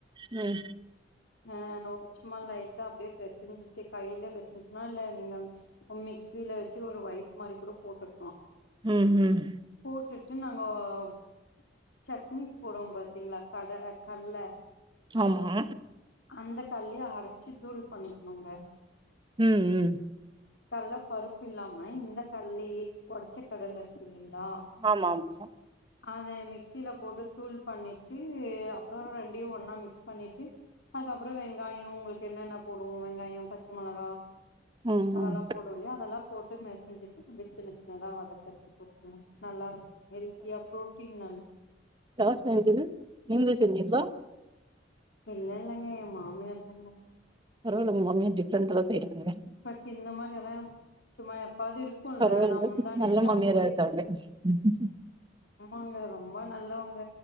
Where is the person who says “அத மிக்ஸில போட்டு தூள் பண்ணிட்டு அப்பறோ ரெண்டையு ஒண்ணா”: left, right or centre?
Left